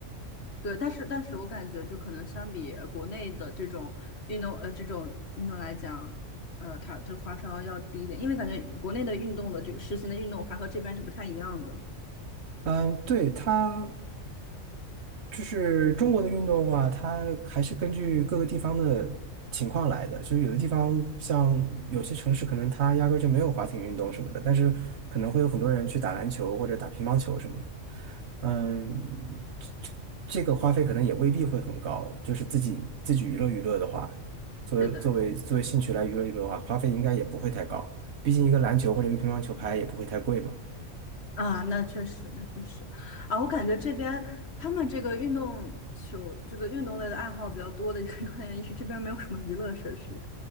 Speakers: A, on the left; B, on the right.
A: 对，但是但是我感觉就可能相比呃国内的这种运动呃这种运动来讲，呃，它这花销要低一点，因为感觉国内的运动的这个实行的运动还和这边是不太一样的。
B: 嗯，对，它。就是中国的运动的话，它还是根据各个地方的情况来的。就是有的地方，像有些城市，可能它压根儿就没有滑艇运动什么的，但是可能会有很多人去打篮球或者打乒乓球什么的。嗯，这这个花费可能也未必会很高。就是自己自己娱乐娱乐的话，作为作为作为兴趣来娱乐娱乐的话，
A: 是的，
B: 花费应该也不会太高。毕竟一个篮球或者一个乒乓球拍也不会太贵嘛。
A: 啊，那确实，那确实，啊，我感觉这边他们这个运动球，这个运动类的爱好比较多的一个原因是这边没有什么娱乐设施。